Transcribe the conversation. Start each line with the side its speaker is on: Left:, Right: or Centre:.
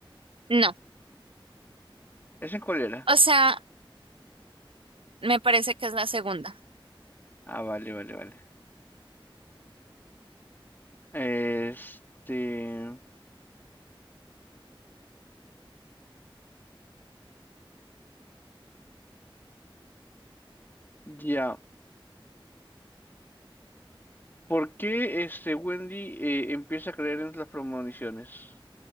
Right: No,
Left: ¿Ese cuál era?
Right: o sea, me parece que es la segunda.
Left: Ah, vale, vale, vale. Este, ya. ¿Por qué este Wendy eh, empieza a creer en las premoniciones?